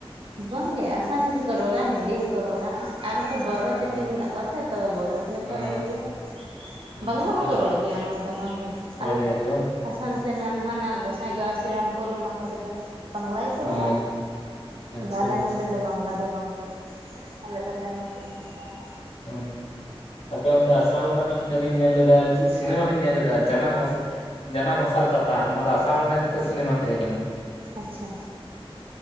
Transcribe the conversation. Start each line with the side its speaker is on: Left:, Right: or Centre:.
Right: ᱵᱟᱝᱜᱮ ᱟᱥᱟᱢᱤᱡ ᱦᱚᱠᱚ ᱨᱚᱲᱟ ᱦᱤᱱᱫᱤ ᱦᱚᱠᱚ ᱨᱚᱲᱟ ᱟᱨ ᱠᱚ ᱵᱚᱲᱚ ᱠᱷᱟᱴᱤ
Left: ᱦᱩᱸ
Right: ᱢᱮᱱᱟᱜ ᱠᱚᱣᱟ ᱥᱮ ᱛᱚ ᱵᱚᱨᱚ ᱛᱮᱦᱚᱸ
Left: ᱦᱩᱸ
Right: ᱠᱚ ᱨᱚᱲ ᱜᱮᱭᱟ
Left: ᱟᱪᱪᱷᱟ
Right: ᱵᱟᱝᱞᱟ ᱦᱚᱸᱠᱚ ᱨᱚᱲ ᱜᱮᱭᱟ ᱨᱚᱲ ᱫᱚ ᱵᱟᱝ ᱫᱚ ᱵᱟᱝ
Left: ᱨᱚᱲ
Right: ᱟᱞᱮ
Left: ᱜᱮᱭᱟ ᱠᱚ ᱵᱟᱝ
Right: ᱟᱥᱟᱢ ᱥᱮ ᱱᱟᱱᱦᱱᱟᱜ ᱜᱚᱸᱥᱟᱭ ᱜᱟᱥᱤᱨᱟᱢᱯᱩᱨ ᱚᱱᱟ ᱠᱚᱨᱮ ᱫᱚ ᱵᱟᱝᱞᱟᱭ ᱠᱚ
Left: ᱦᱩᱸ
Right: ᱨᱚᱲᱼᱟ
Left: ᱟᱪᱪᱷᱟ
Right: ᱟᱫᱚ ᱟᱞᱮ
Left: ᱟᱪᱪᱷᱟ
Right: ᱱᱚᱛᱮ ᱫᱚ ᱵᱟᱝᱞᱟ ᱫᱚ ᱵᱟᱝᱠᱚ ᱨᱚᱲᱟ ᱟᱞᱮ ᱫᱚᱞᱮ ᱱᱚᱛᱮ ᱧᱚᱜ ᱜᱮᱭᱟ ᱟᱨᱦᱚᱸ
Left: ᱦᱮᱸ ᱟᱯᱮ ᱚᱱᱛᱮ ᱟᱥᱟᱢ ᱨᱮᱱᱟᱜ ᱫᱚ ᱢᱤᱫ ᱞᱤᱧ ᱧᱮᱞ ᱞᱮᱫᱟ ᱪᱤᱫ ᱥᱤᱱᱮᱢᱟ ᱞᱤᱧ ᱧᱮᱞ ᱞᱮᱫᱟ ᱡᱟᱱᱟᱢ ᱢᱚᱟ ᱥᱮ ᱵᱟᱝ ᱡᱟᱱᱟᱢ ᱦᱟᱥᱟ ᱨᱮ ᱛᱚ ᱵᱟᱝ ᱚᱱᱟ ᱫᱚ ᱟᱥᱟᱢ ᱨᱮᱱᱟᱜ ᱢᱤᱫᱴᱮᱱ ᱥᱤᱱᱮᱢᱟ ᱛᱟᱦᱮᱸ ᱠᱟᱱᱟ
Right: ᱟᱪᱪᱷᱟ